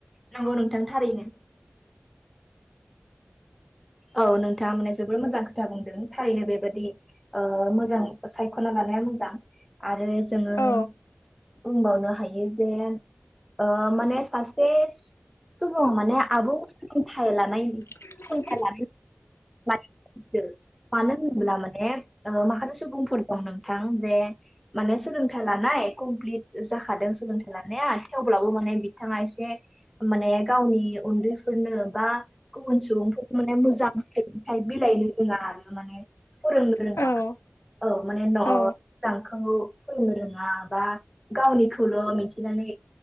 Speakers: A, in the centre; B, on the left (about 75°).
A: नंगौ नोंथां थारैनो। औ नोंथाङा माने जोबोर मोजां खोथा बुंदों थारैनो बेबादि ओ मोजां सायख'ना लानाया मोजां। आरो जोङो
B: औ
A: बुंबावनो हायो जे ओ माने सा से सुबुं माने आबुं सोलोंथाइ लानायनि
B: <inaudible>
A: <unintelligible> मानो होनोब्ला माने ओ माखासे सुबुंफोर दं नोंथां जे माने सोलोंथाइ लानाय कमप्लिट जाखादों सोलोंथाइ लानाया थेवब्लाबो माने बिथाङा एसे माने गावनि उन्दैफोरनो बा गुबुन सुबुंफोर माने मोजां सोलोंथाइ बिलायनो रोङा आरो माने। फोरोंनो <unintelligible>
B: औ
A: औ माने न' <unintelligible>
B: औ
A: फोरोंनो रोङा बा गावनिखौल' मिन्थिनानै